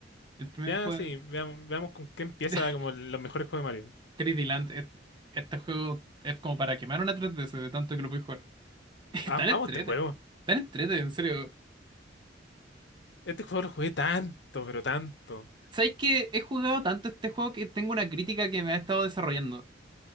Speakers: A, on the right; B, on the left.
A: el primer
B: Ya,
A: juego
B: sí, veam- veamos, con qué empieza
A: de <laughs>
B: como el- los mejores juegos de Mario.
A: 3D Land. es- Este juego es como para quemar una 3DS de tanto que lo puedes jugar. <laughs>
B: Am-
A: Tan entrete.
B: Amo este juego.
A: Tan entrete, en serio.
B: Este juego lo jugué tanto, pero tanto.
A: ¿Sabéis que he jugado tanto este juego que tengo una crítica que me ha estado desarrollando?